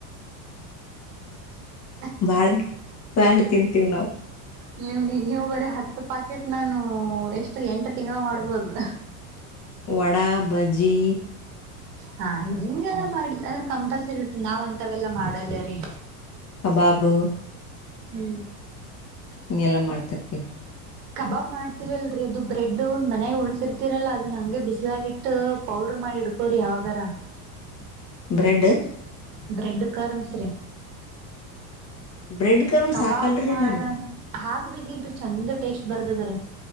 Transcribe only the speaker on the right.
<inaudible>
ನೀವ ರೀ ನೀವ ಬರ ಹತ್ತು ಪಾಕೆಟ್ ನಾನು ಎಷ್ಟು ಎಂಟು ತಿಂಗಳ ಮಾಡ್ಬೋದು
ಹಾ ಹಿಂಗೆಲ್ಲ ಮಾಡಿದ ಅದ ಕಂಪಲ್ಸರಿ ನಾವ್ ಅಂತಾವೆಲ್ಲಾ ಮಾಡಲ್ಲರಿ
ಹ್ಮ್
ಕಬಾಬ್ ಮಾಡ್ತರಲ್ರರಿ ಅದು ಬ್ರೆಡ್ ಮನ್ಯಾಗ ಉಳಸಿರ್ತಿರಲ್ಲ ಅದನ್ನ ಹಂಗ ಬಿಸಲಾಗಿಟ್ಟ ಪೌಡರ್ ಮಾಡಿ ಇಡ್ಕೋರಿ ಇಟಕೋರಿ ಯಾವಾಗರ
ಬ್ರೆಡ್ ಕರ್ಮಸ್ರಿ
ಕಬಾಬ್
ಮಾಡಣ
ಹಾಕಬೇಕಿಲ್ಲರಿ ಚಂದ ಟೇಸ್ಟ್ ಬರ್ತದ ರೀ